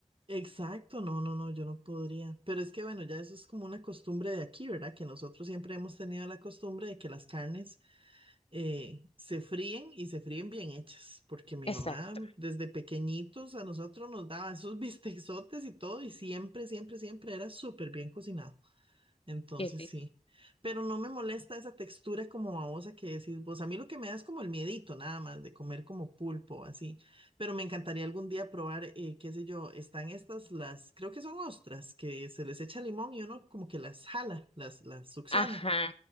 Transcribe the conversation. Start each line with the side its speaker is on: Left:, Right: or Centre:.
Right: Exacto, no, no, no, yo no podría. Pero es que bueno, ya eso es como una costumbre de aquí, ¿verdad? Que nosotros siempre hemos tenido la costumbre de que las carnes eh, se fríen y se fríen bien hechas, porque mi
Left: Exacto,
Right: mamá desde pequeñitos a nosotros nos daba esos <laughs> bisteczotes y todo y siempre, siempre, siempre era súper bien cocinado. Entonces
Left: qué rico.
Right: sí, pero no me molesta esa textura como babosa que decís vos. A mí lo que me da es como el miedito nada más de comer como pulpo así, pero me encantaría algún día probar, eh, qué sé yo, están estas, las, creo que son ostras, que se les echa limón y uno como que las jala, las, las succiona.
Left: Ajá,